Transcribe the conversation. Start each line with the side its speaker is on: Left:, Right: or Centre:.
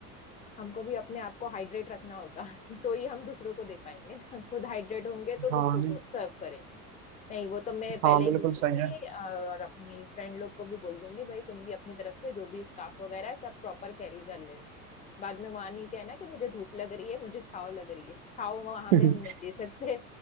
Left: हमको भी अपने आप को हाइड्रेट रखना होगा <laughs> तो ही हम दूसरों को दे पाएंगे <laughs> ना खुद हाइड्रेट होंगे तो
Right: हाँ
Left: दूसरों
Right: नहीं
Left: को सर्व करेंगे नहीं वो तो मैं पहले
Right: हाँ बिल्कुल
Left: ही बोल दूंगी
Right: सही है
Left: अ, और अपनी फ्रेंड लोग को भी बोल दूंगी भाई तुम भी अपनी तरफ से जो भी स्कार्फ वगैरह है सब प्रॉपर कैरी कर लेना बाद में वहां नहीं कहना कि मुझे धूप लग रही है मुझे छाव लग रही है छाव वहां
Right: <laughs>
Left: पे हम नहीं दे सकते